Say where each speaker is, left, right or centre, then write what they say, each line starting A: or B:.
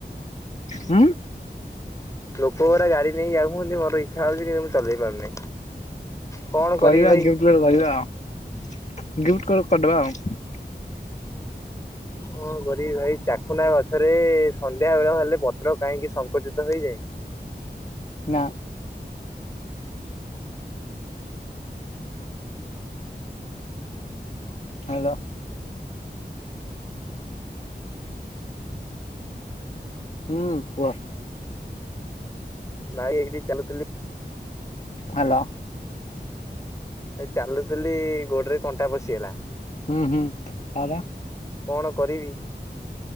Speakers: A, on the left; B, on the left.
A: ହୁଁ
B: ଲୋକ ପରା ଗାଡି ନେଇକି ଯାଉ ହୁନ୍ତି ମୋର ଇଚ୍ଛା ହଉଛି କିନ୍ତୁ ମୁଁ ଚଲେଇ ପାରୁନି। କଣ
A: କରିବା
B: କରିବି ଭାଇ?
A: ଗିଫ୍ଟ କ କରିବା ଆଉ ଗିଫ୍ଟ କ କରିଦବା ଆଉ।
B: ହଁ ଗ ଭାଇ ଚାଖନା ଗଛରେ ସନ୍ଧ୍ୟା ବେଳ ହେଲେ ପତ୍ର କାହିଁକି ସଙ୍କୁଚିତ ହୋଇଯାଏ।
A: ନା। ହ୍ୟାଲୋ। ହୁଁ କୁହ।
B: ନାଇଁ ଏଠି ଚାଲୁଥିଲି
A: ହ୍ୟାଲୋ।
B: ଏ ଚାଲୁଥିଲି ଗୋଡରେ କଣ୍ଟା ପଶିଗଲା।
A: ହୁଁ ହୁଁ ଆରେ।
B: କଣ କରିବି।